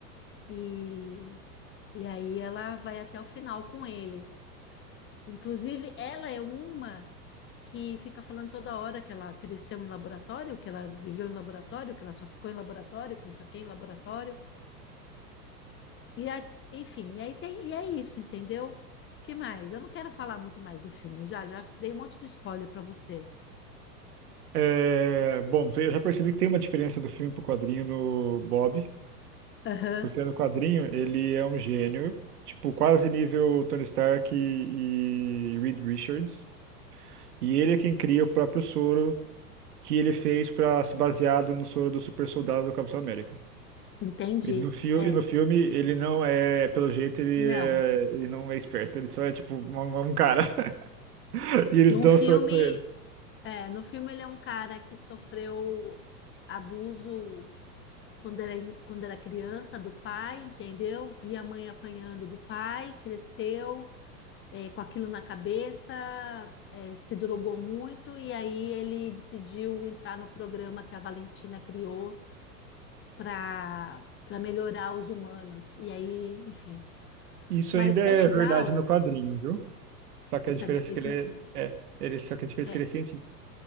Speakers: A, on the left; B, on the right.
A: E, e aí ela vai até o final com eles. Inclusive, ela é uma que fica falando toda hora que ela cresceu em laboratório, que ela viveu em laboratório, que ela só ficou em laboratório, que não sei o que, em laboratório. E a- enfim, e aí tem, e é isso, entendeu? Que mais? Eu não quero falar muito mais do filme, eu já já dei um monte de spoiler para você.
B: É, bom, eu já percebi que tem uma diferença do filme pro quadrinho no Bob,
A: Aham,
B: porque no quadrinho ele é um gênio, tipo, quase nível Tony Stark e, e Reed Richards. E ele é quem cria o próprio soro que ele fez para se baseado no soro do super soldado do Capitão América.
A: entendi.
B: E no filme,
A: É,
B: e no filme ele não é, pelo jeito, ele,
A: não.
B: é, ele não é esperto, ele só é tipo um, um cara. <laughs> E eles
A: Num
B: dão
A: filme,
B: soco pra ele.
A: é, no filme ele é um cara que sofreu abuso quando era, quando era criança, do pai, entendeu? Via a mãe apanhando do pai, cresceu é, com aquilo na cabeça, é, se drogou muito, e aí ele decidiu entrar no programa que a Valentina criou para para melhorar os humanos. E aí, enfim.
B: Isso
A: Mas
B: ainda é
A: é legal,
B: verdade no quadrinho, viu? Só que
A: isso
B: a diferença
A: é, ver- isso
B: é que ele
A: n-
B: é, é ele, só que a diferença
A: é,
B: é que ele é cientista.